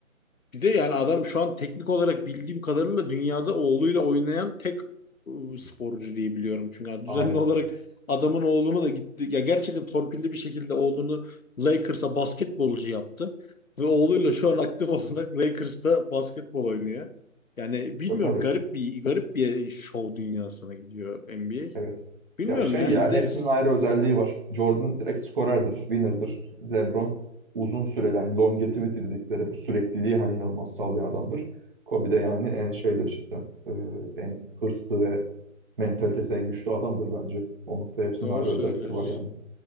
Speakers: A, on the left (about 75°); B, on the right (about 40°).
A: Bir de yani adam şu an teknik olarak bildiğim kadarıyla dünyada oğluyla oynayan tek ıı, sporcu diye biliyorum. Çünkü yani düzenli
B: Aynen.
A: olarak adamın oğlunu da gitti. Ya gerçekten torpilli bir şekilde oğlunu Lakers'a basketbolcu yaptı. Ve oğluyla şu an aktif <laughs> olarak Lakers'ta basketbol oynuyor. Yani bilmiyorum
B: E, tabii.
A: garip bir garip bir şov dünyasına gidiyor NBA.
B: Evet.
A: Bilmiyorum
B: Ya şey
A: ya
B: ya
A: izleriz.
B: hepsinin ayrı özelliği var. Jordan direkt skorerdir, winner'dır. LeBron uzun süreli hani longevity dedikleri bu sürekliliği hani inanılmaz sağlayan adamdır. Kobe de yani en şeydir cidden. e, en hırslı ve mentalitesi en güçlü adamdır bence. O noktada hepsinin
A: Doğru
B: ayrı
A: söylüyorsun.
B: özellikleri var yani.